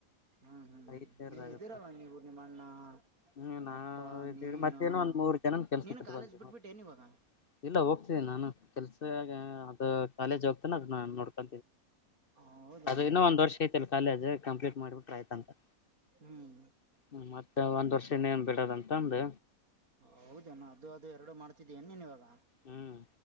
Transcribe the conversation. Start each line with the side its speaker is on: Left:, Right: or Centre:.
Right: ಹಾ ಹಾ
Left: ಐದ್ ಸೇರ್ದಾಗತ್ತ
Right: ನೀವ್ ಇದ್ದೀರಲ್ಲ ನೀವು ನಿಮ್ ಅಣ್ಣ.
Left: ಹ್ಮ್
Right: ನಿಮ್ಮ
Left: ನಾವ
Right: ಅಪ್ಪ
Left: ಇದ್ದೀವಿ
Right: ನೀನು
Left: ಮತ್ತೇನ ಎನ ಒಂದ್ ಮೂರು ಜನುನ್ ಕೆಲ್ಸುಕ್
Right: ನೀನು
Left: ಇಟ್ಕೊಂತಿವ್
Right: ಕಾಲೇಜ್ ಬಿಟ್ಬಿಟ್ಟೇನ್
Left: ನಾವ್.
Right: ಇವಾಗ
Left: ಇಲ್ಲ ಹೋಗ್ತಿದೀನ್ ನಾನು ಕೆಲ್ಸಗ ಅದು ಕಾಲೇಜ್ ಹೋಗ್ತೀನಿ ಅದು ನನ್ ನೋಡ್ಕೋ
Right: ಹೌದೇನಾ
Left: ಅದು ಇನ್ನು ಒಂದ್ ವರ್ಷ. ಐತಲ್ ಕಾಲೇಜು ಕಂಪ್ಲೀಟ್ ಮಾಡ್ಬಿಟ್ರ ಆಯ್ತ್ ನಮ್ದು.
Right: ಹ್ಮ್
Left: ಹ್ಮ ಮತ್ತೆ ಒಂದ್ ವರ್ಷ ಇನೇನ್ ಬಿಡದ್ ಅಂತ್ತಂದು.
Right: ಹೌದೆನು ಅದು ಅದು ಎರಡು ಮಾಡ್ತಿದ್ದಿ ಏನ್ ನೀನ್ ಇವಾಗ.
Left: ಹ್ಮ್